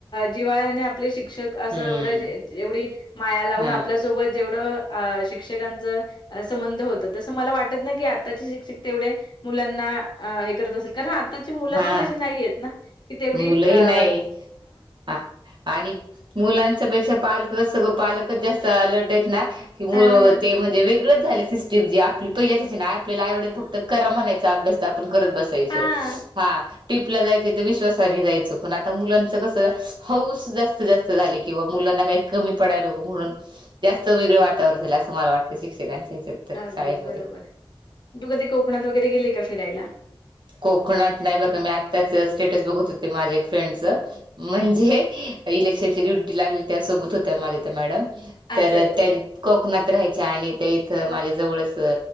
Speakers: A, on the left; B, on the right.
A: जिवाळा्याने आपले शिक्षक- अस
B: हम्म
A: एवढ एवढी माया लावून
B: हा
A: आपल्यासोबत जेवढं शिक्षकांच संबंध होत तसं मला वाटत ना की आताचे शिक्षक तेवढे मुलांना त अस कारण आताची मुलं
B: हा
A: पण तशी नाहीेत ना की तेवढी
B: मुलंही
A: अ
B: नाही आ आणि मुलांच्या पेक्षा पालकच सगं पालकच जास्त अलर्ट म्हणजे
A: हां,
B: वेगच झा सिजी आपली पहिल्याच नाहीय आपल्याला आवडेल फक्त करा म्हणायचा अभ्यास त ब
A: हां.
B: हा टपलाय विवा तरी जायचं पण आता मुलांचं कसं हौऊस जास्तीत जास्त झाली किंवा मुलांना काही कमी पडायला नकं म्हणून जास्त वेगळं वातावर झाल असं मला वाटतं शिक्षकांच्या ह्याच्यात तर
A: अगदीच
B: शाळेमध्ये
A: बरोबर तू कधी कोकणात वगैरे गेले का फिरायला.
B: कोकणात नाही बर का मी आत्ताच स्टेटस बघत होते माझ्या ्रेंड म्हणजे इलेक्शन ड्युटी लागले त्या सोबत होत माझ्या मॅडम
A: अच्छा,
B: तर
A: अच्छा.
B: त्यां कोकणात राहायच्या आणि त्या इथं माझ्या जवळच